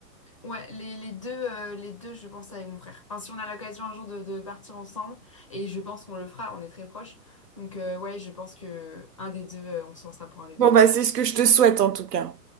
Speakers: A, on the left; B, on the right.
A: Ouais, les, les deux, euh, les deux, je pense avec mon frère. Enfin, si on a l'occasion un jour de, de partir ensemble, et je pense qu'on le fera, on est très proches. Donc, euh, ouais, je pense que un des deux, euh, on se lancera pour un des
B: Bon,
A: deux.
B: bah, c'est ce que je te souhaite en tout cas.